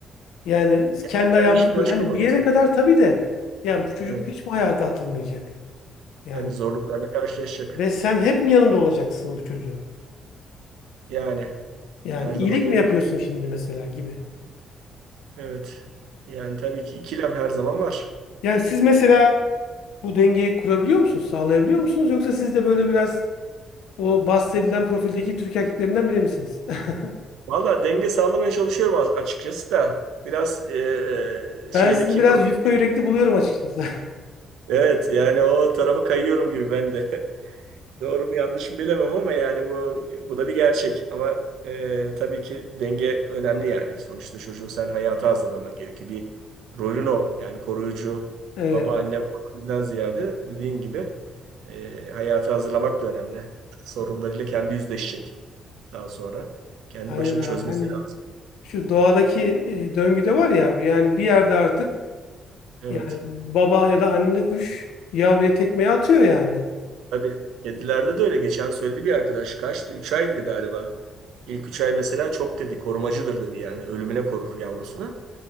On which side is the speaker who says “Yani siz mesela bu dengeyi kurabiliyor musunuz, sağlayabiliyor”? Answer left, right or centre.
Left